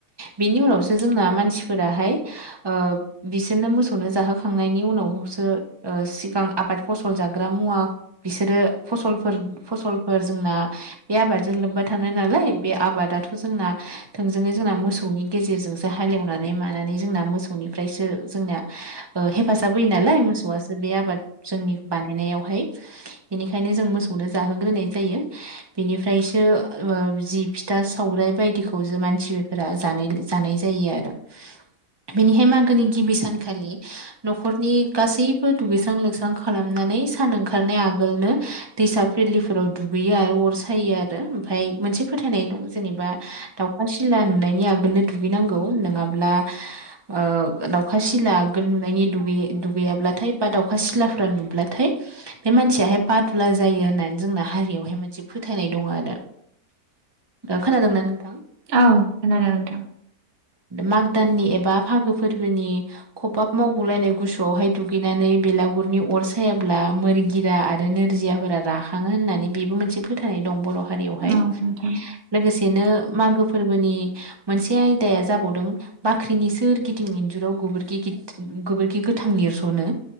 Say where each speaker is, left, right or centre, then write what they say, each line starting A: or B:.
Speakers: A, on the right (about 30°); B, on the right (about 55°).
A: बेनि उनावसो जोंना मानसि फोराहाय ओ बिसोरनो मोसौनो जाहोखांनायनि उनावसो ओ सिगां आ बाद फसल जाग्रा मुवा बिसोरो फसलफोर फसलफोर जोंना बे आबादजों लोब बा थानाय नालाय, बे आबादाथ' जोंना थोंजोङै जोंना मोसौनि गेजेरजोंसो हालेवनानै मानानै जोंना मोसौनिफ्रायसो जोंना हेफाजाब होयो नालाय मोसौआसो बे आबाद जोंनि बानायनायावहाय। बेनिखायनो जों मोसौनो जाहोग्रोनाय जायो। बेनिफ्रायसो ओ जि फिथा सौराइ बायदिखौ जो मानसिफोरा जानाय जानाय जायो आरो।
B: <inaudible>
A: बेनिहाय मागोनि गिबि सानखालि न'खरनि गासैबो दुगैस्रां लोबस्रां खालामनानै सान ओंखारनाय आगोलनो दैसा बिलोफोराव दुगैयो आरो अर सायो आरो। ओमफ्राय मोनसे फोथायनाय दं जेनेबा दाउखा सिला नुनायनि आगोलनो दुगैनांगौ नोङाब्ला ओ दाउखा सिला आगोल नुनायनि दुगै दुगैयाब्लाथाय बा दाउखा सिलाफ्रा नुब्लाथाय बे मानसियाहाय बादुला जायो होननानै जोंना हारियावहाय मोनसे फोथायनाय दङ आरो।
B: <inaudible>
A: खोनादोंं ना नों?
B: औ खोनादों नोंथां।
A: माग दाननि एबा फागो फोरबोनि खबाब मावगुलायनाय गुसुआवहाय दुगैनानै बेला गुरनि अर सायाब्ला मोरगिरा आरो नोरजियाफोरा राखाङो होननानै बेबो मोनसे फोथायनाय दं बर' हारियावहाय।
B: औ नोंथां
A: लोगोसेनो मागो फोरबोनि मोनसे आयदाया जाबावदों बाख्रिनि सोर गिदिं इन्जुराव गोबोरखि गोबोरखि गोथां लिरस'नो।